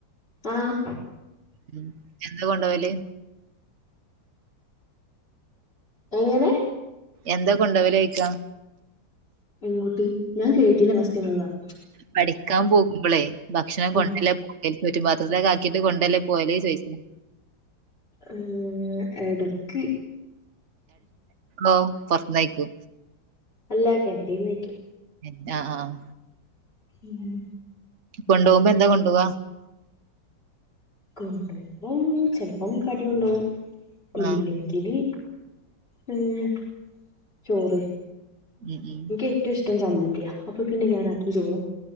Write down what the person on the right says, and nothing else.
ഉം എന്താ കൊണ്ടോവല്
എന്താ കൊണ്ടോകലയ്ക്ക
പഠിക്കാൻ പോകുമ്പോളേ ഭക്ഷണം കൊണ്ടല്ലേ
എ ചുറ്റുപത്രത്തിലൊക്കെ ആക്കിട്ട് കൊണ്ടല്ലേ പോവൽ ചോദിച്ച
ഓ പുറത്തന്നയിക്കോ
ആഹ് ആഹ്
കൊണ്ടോവ്മ്പോ എന്താ കൊണ്ടോവാ
ആ.
ഉം ഉം